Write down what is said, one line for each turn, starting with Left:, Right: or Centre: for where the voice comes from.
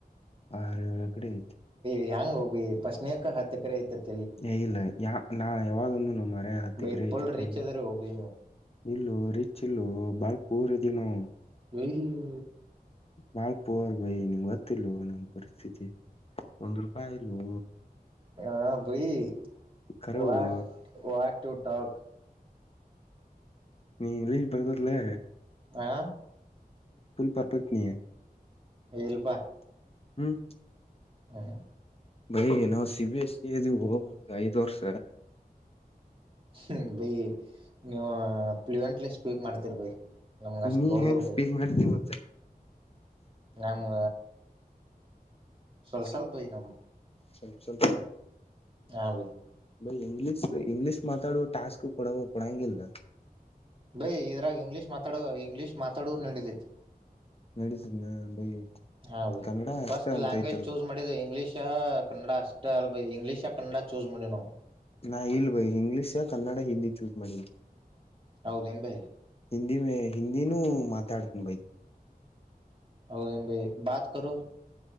Left: ಆ ಕಡೆ ಐತಿ.
Right: ಹೆಂಗ್ ಹೋ ಬೈ ಫಸ್ಟ್ ನೆಕ ಹತ್ತ ಎಕರೆ ಆಯಿತಿ.
Left: ಏ ಇಲ್ಲ ಯಾ ನಾ ಯಾವಾಗ ಅಂದೇನೋ ಮಾರಾಯ ಹತ್ತ
Right: ಬೈ
Left: ಎಕರೆ
Right: ಪುಲ್
Left: ಐತಿ ಆತ
Right: ರಿಚ್
Left: ನಿನ್ನ ಮುಂದ.
Right: ಅದ್ರಿ ಒಬ್ಬಿ
Left: ಇಲ್ಲೋ ರಿಚ್ ಇಲ್ಲೋ ಬಾಳ್ ಪುವರ್ ಅದಿವಿ ನಾವು.
Right: ಅಯ್ಯೋ.
Left: ಬಾಳ್ ಪೂರ್ ಬೈ ನಿಮ್ ಗೊತ್ತಿಲ್ವೋ ನಮ ಪರಿಸ್ಥಿತಿ ಒಂದ್ ರೂಪಾಯಿ ಇಲೊ.
Right: ಹಾ ಭಯಿ
Left: ಕರವು
Right: ವಾಟ್ ವಾಟ್ ಟು ಟಾಕ್.
Left: ನೀ ಇಂಗ್ಲೀಷ್ ಬರ್ತದ್ಲೇ.
Right: ಹಾ.
Left: ಪರ್ಫೆಕ್ಟ್ ನೀ
Right: ಎ ಇಲ್ಲ ಪ್ಪಾ.
Left: ಹ್ಮ್.
Right: ಅ ಹ.
Left: ಬಾಯಿ ನಾವ ಸಿ ಬಿ ಎಸ್ ಈ ಅದಿವೊ ಐದ್ ವರ್ಷ.
Right: ಹ್ಮ ಬಾಯಿ ನೀವು ಪ್ಲಂಟ್ಲೆಲೆ ಸ್ಪೀಕ್ ಮಾಡ್ತೀರಿ ಬಾಯಿ. ನಮ್ಗ ಅಷ್ಟ
Left: ನೀ
Right: ಬರದಲ್
Left: ಹೆಂಗ್
Right: ಬಾಯಿ
Left: ಸ್ಪೀಕ್ ಮಾಡ್ತೀವಂತ
Right: ನಮ್ಮ ಸ್ವಲ್ಪ ಬಾಯಿ ನಮ್ಮ.
Left: ಸ್ವಲ್ಪ ಸ್ವಲ್ಪ.
Right: ಹಾ ಭಾಯ್.
Left: ಬಾಯ್ ಇಂಗ್ಲೀಷ್ ಇಂಗ್ಲಿೀಷ್ ಮಾತಾಡುವ ಟಾಸ್ಕ್ ಕೊಡ ಕೊಡಂಗಿಲ್ಲ.
Right: ಬೈ ಇದ್ರಾಗ ಇಂಗ್ಲೀಷ್ ಮಾತಾಡುವ ಇಂಗ್ಲೀಷ್ ಮಾತಾಡುವ ನಡಿದೈತಿ.
Left: ನಡಿತೈತನ ಬೈ.
Right: ಹಾ ಬಾಯ್
Left: ಕನ್ನಡ ಅಷ್ಟೇ
Right: ಫಸ್ಟ್
Left: ಅಂತ
Right: ಲ್ಯಾಂಗ್ವೇಜ್
Left: ಐತಲ್ಲ
Right: ಚೂಸ್ ಮಾಡಿದ ಇಂಗ್ಲೀಷ್ ಕನ್ನಡ ಅಷ್ಟ ಅಲ್. ಬಾಯ್ ಇಂಗ್ಲಿಷ್ ಕನ್ನಡ ಚೂಸ್ ಮಾಡೇವ್ ನಾವು.
Left: ನಾ ಇಲ್ಲ ಭೈ ಇಂಗ್ಲಿಷ ಕನ್ನಡ ಹಿಂದಿ ಚೂಸ್ ಮಾಡೇನ.
Right: ಹೌದೇನ ಬಾಯ್.
Left: ಹಿಂದಿ ಮೇ ಹಿಂದಿನೂ ಮಾತಾಡ್ತನ್ ಬಾಯ್.
Right: ಹೌದ ಏನ್ ಬಾಯಿ ಬಾತ್ ಕರೋ.